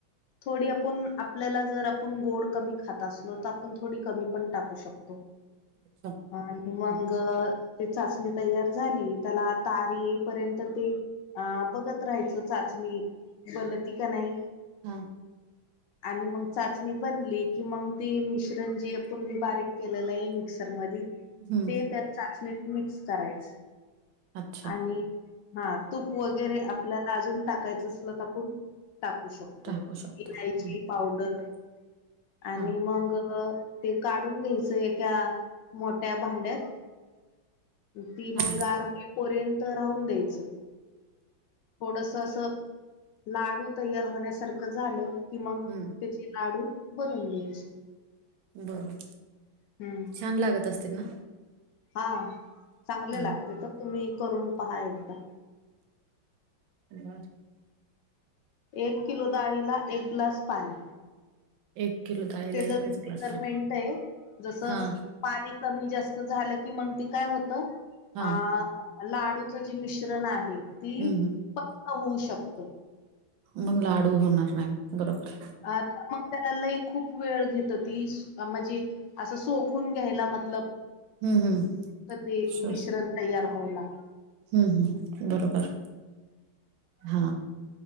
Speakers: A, on the left; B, on the right.
A: थोडी आपण, आपल्याला जर आपुण गोड कमी खात असलो, तर आपुण थोडी कमी पण टाको टाकु शकतो,
B: अच्छा
A: आणि मंग
B: हा
A: ते चाशणी तयार झाली, त्याला तार येईपर्यंत ती अ बघत राहायचं चाचणी बनती का नाही,
B: हा
A: आणि मग चाचणी बनली की मग ती मिश्रण जी तुम्ही बारीक केलेलंय मिक्सर मधी, ते
B: हम्म
A: त्यात चाचणीत मिक्स करायचं.
B: आर
A: आणि,, हा तूप वगैरे आपल्याला अजून टाकायचं असलं तर आपण टाकू शकतो,
B: टाकू शकतो
A: इलायची
B: हा
A: पावडर आणि
B: हा
A: मंग, ते काढून घ्यायचं एका मोठ्या भांड्यात, ती
B: हा
A: मग गार होई पर्यंत राहून द्यायचं. थोडसं असं, लाडू तयार होण्यासारखं झालं की मग
B: हम्म
A: ते लाडू बनवून घ्यायचे.
B: बरोबर,
A: हम्म
B: छान लागत असतील ना?
A: हा, चांगल
B: हा
A: लागतं तर तुम्ही करून पहा एकदा.
B: <inaudible>
A: एक किलो डाळीला एक ग्लास पाणी.
B: एक किलो डाळीला
A: त्याच मेजरमेंट
B: एकच ग्लास पाणी,
A: आहे जसं
B: हा
A: पाणी कमी जास्त झालं की मग ते काय होतं,
B: हा
A: अं लाडूचं जी मिश्रण आहे ते,,
B: हम्म
A: पातळ होऊ शकतं.
B: मग लाडू होणार नाही बरोबर.
A: आत, मग त्याला लई खूप वेळ घेतं ती, अ म्हजे असं सोखून घ्यायला मतलब
B: हम्म हम्म
A: तर ते,
B: शर
A: मिश्रण तयार होऊ लागतं.
B: हम्म हम्म बरोबर हा.